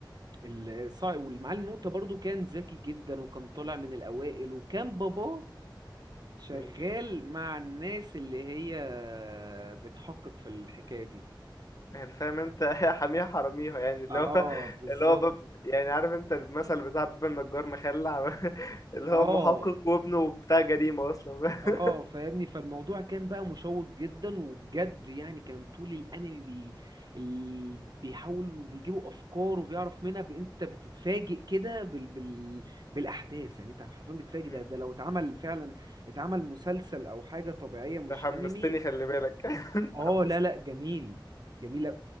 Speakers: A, on the right (about 55°); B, on the left (about 45°).
A: الصا- والمعلم نوتة برضو كان ذكي جدا وكان طالع من الأوائل وكان باباه شغال
B: مم.
A: مع الناس اللي هي بتحقق في الحكاية دي
B: يعني فاهم انت <laughs> حاميها حراميها يعني اللي
A: اه
B: هو
A: بالظبط
B: اللي هو باب يعني عارف انت المثل بتاع باب النجار مخلع <laughs> اللي
A: اه
B: هو محقق وابنه بتاع جريمة اصلا
A: اه
B: <laughs>
A: فاهمني فالموضوع كان بقى مشوق جدا وبجد يعني كان طول الانمي بي... ال... بيحاولوا بيجيبوا افكار وبيعرف منها ب... انت بتتفاجئ كده بال... بال... بالاحداث يعني انت حرفيا بتتفاجئ
B: مم.
A: ده ده لو اتعمل فعلا اتعمل مسلسل او حاجه طبيعيه
B: انت
A: مش
B: حمستني
A: انمي
B: خلي بالك <laughs> انت
A: اه
B: حمستني
A: لا لا جميل جميل أ-